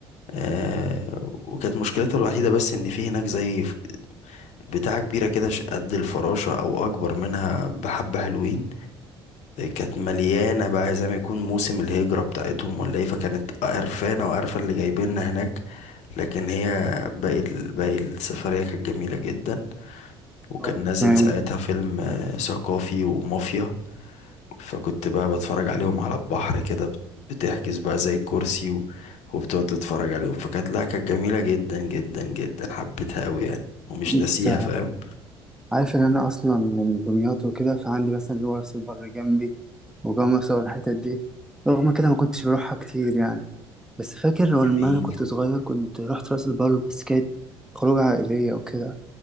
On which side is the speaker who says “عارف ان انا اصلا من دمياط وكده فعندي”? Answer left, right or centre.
Centre